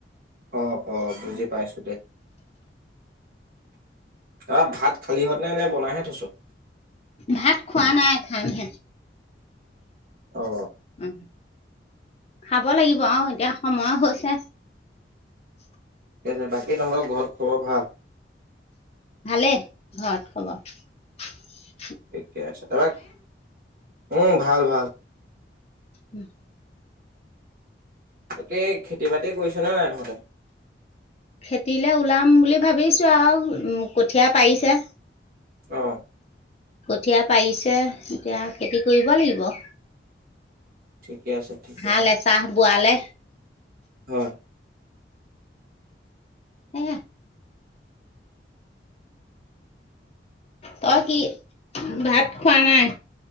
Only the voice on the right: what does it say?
অ অ বুজি পাইছোঁ দে ত ভাত খালিহঁত মানে এনে বনাই হে থৈছোঁ।
অ
ঠিকে আছে বাকী তহঁতৰ ঘৰত খবৰ ভাল। <unintelligible>
একেই আছো তই উম ভাল ভাল।
তাকে খেতি বাতি কৰিছ নে নাই তহঁতে।
অ
ঠিকে আছে ঠিকে
আছে।
হয়